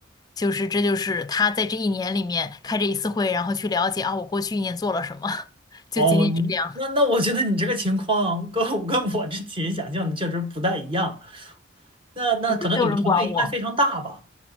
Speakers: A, on the left; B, on the right.
A: 就是这就是他在这一年里面开这一次会，然后去了解啊，我过去一年做了什么，<laughs> 就仅仅是这样，
B: 哦，那那我觉得你这个情况跟我跟我之前想象的确实不太一样。那那可能你们团队应该非常大吧？
A: 对，就没有人管我。